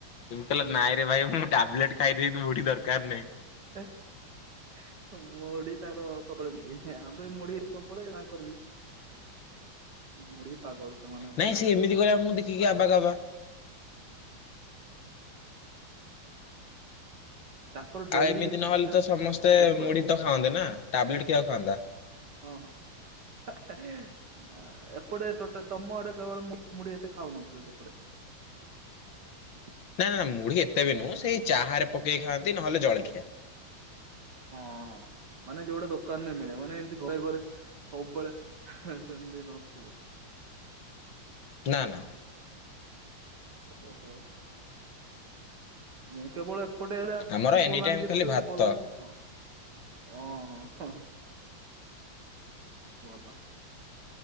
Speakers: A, on the left; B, on the right.
A: <unintelligible> ନାଇଁ ରେ ଭାଇ ମୁଁ ଟାବଲେଟ୍ ଖାଇଦେବି। ତୋ ମୁଢି ଦରକାର ନାହିଁ।
B: ମଢ ତାଙ୍କର ସବୁବେଳେ ମି ଆମର ଏ ମଢ <unintelligible> ସବୁବେଳେ <unintelligible> ତାଙ୍କର ବି ମୁଢି ପାଗଳ ସେମାନେ
A: ନାଇଁ
B: ପୁରା
A: ସେ ଏମିତି କରିବା ମୁଁ ଦେଖିକି ଆବା କାବା।
B: <inaudible> ତାଙ୍କର ଡେଲି
A: ଆଉ ଏମିତି ନହେଲେ ତ ସମସ୍ତେ
B: ସବୁବେଳେ
A: ମୁଢୀ ତ ଖାଆନ୍ତେ ନା। ଟାବଲେଟ୍ ଆଉ କିଏ ଖାଉନାହାନ୍ତି।
B: ହଁ, ହୋ, ନା ଏପଟେ ଟୋଟ ତମ ଆଡେ କେବଳ ମୁଢି ଏତେ ଖାଉନଥିଲେ ସେପଟେ? <inaudible>
A: ନା, ନା, ମୁଢି ଏତେ ବି ନୁହଁ। ସେଇ ଚାହାରେ ପକେଇ ଖାଆନ୍ତି। ନହେଲେ ଜଳିଖିଆ।
B: ହଁ। ମାନେ ଯୋଉଟା ଦୋକାନରେ ମିଳେ। ମାନେ ଏମତି ଘରେ ଘରେ ସବୁବେଳେ ସେମିତି ନଥିବ?
A: ନା, ନା।
B: ଓହୋ। ମୁଁ କେବଳ ଏପଟେ ହେଲେ ଆସିଛି।
A: ଆମର ଏନି
B: ବଲାଙ୍ଗୀର
A: ଟାଇମ ଖାଲି
B: କୁ,
A: ଭାତ
B: ବଲାଙ୍ଗୀର ନୁହଁ। ଓ ହ ଭଲ <unintelligible>